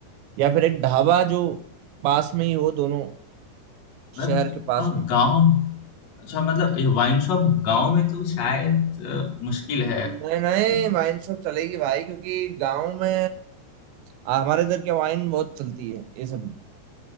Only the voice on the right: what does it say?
या फिर एक ढाबा जो पास में ही हो दोनों
शहर के पास
में
नहीं नहीं वाइन शॉप चलेगी भाई क्योंकि गांव में आ, हमारे इधर क्या वाइन बहुत चलती है ये सब